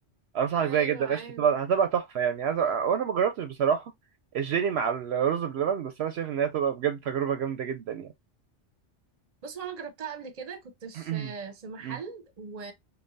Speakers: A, on the right; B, on the right.
A: انصحك
B: ايوه
A: بيها جدا قشطة
B: ايوه
A: هتبقى هتبقى تحفة يعني عايز أ- وانا ما جربتش بصراحة الجيلي مع الرز بلبن بس انا شايف ان هي هتبقى بجد تجربة جامدة جدا يعني
B: بص هو انا جربتها قبل كده كنت في
A: <clears throat>
B: في محل
A: مم.
B: و...